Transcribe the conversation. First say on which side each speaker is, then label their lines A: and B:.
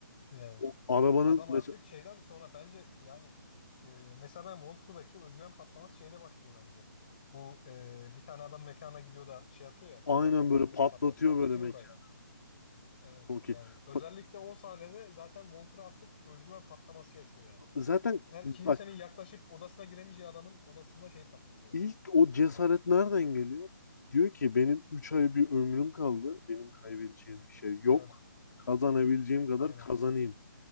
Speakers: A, on the left; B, on the left.
A: Yani.
B: o arabanın
A: Adam
B: mesela
A: artık şeyden sonra bence yani e, mesela ben Walter'daki özgüven patlaması şeyde başlıyor bence. Bu e, bir tane adam mekana gidiyor da şey atıyor ya kimyasal
B: aynen
A: maddeyle
B: böyle patlatıyor
A: patlat patlatıyor
B: böyle mekan.
A: orayı. Evet
B: Çok
A: yani
B: iyi.
A: özellikle
B: Bak,
A: o sahnede zaten Walter artık özgüven patlaması yaşıyor yani.
B: zaten
A: Her
B: bak
A: kimsenin yaklaşıp odasına giremeyeceği adamın odasında şey patlatıyor
B: ilk
A: yani.
B: o cesaret nereden geliyor? Diyor ki benim 3 ay bir ömrüm kaldı. Benim kaybedeceğim bir şey yok.
A: Evet
B: Kazanabileceğim kadar
A: aynen
B: kazanayım.